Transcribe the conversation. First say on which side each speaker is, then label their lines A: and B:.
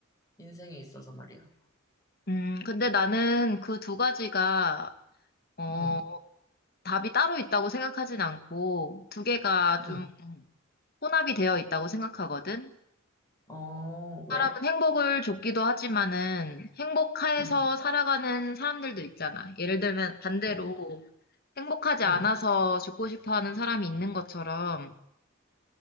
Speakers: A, on the left; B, on the left.
A: 인생에 있어서 말이야.
B: 음, 근데 나는 그 두 가지가, 어,
A: 응,
B: 답이 따로 있다고 생각하진 않고, 두 개가
A: 응.
B: 좀 혼합이 되어 있다고 생각하거든?
A: 어, 왜?
B: 사람은 행복을 줬기도 하지만은, 행복해서
A: 응,
B: 살아가는 사람들도 있잖아. 예를 들면, 반대로,
A: 응,
B: 행복하지 않아서
A: 응,
B: 죽고 싶어 하는 사람이 있는 것처럼,